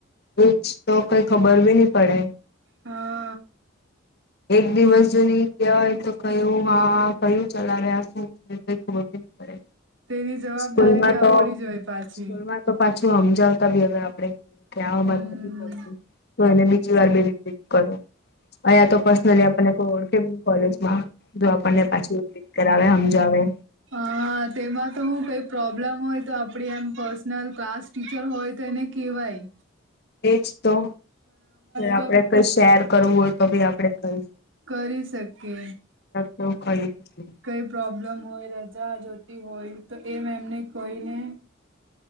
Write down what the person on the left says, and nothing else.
એજ તો કઈ ખબર ભી નહી પડે
એક દિવસ જુની ક્યા હોય તો કહું હ કયું ચલા રહ્યા છું એ કંઈ ખબર બી ની પડે
સ્કૂલમાં
તો
સ્કૂલમાં પાછું સમજાવતા બી અર આપે ક્યાં
નથી પડતું તો એને બી ર <unintelligible> બે કર અહીંયા તો પર્સનલી આપને કોઈ ઓળખે બી ની કોલેજમાં જો આપણને પાછું રુપિટ કરાવે સમજાવે
એજ તો આપણેે
કઈ શેર કરવું હોય તો બી આપડે કઈ
તો કાઈ <inaudible>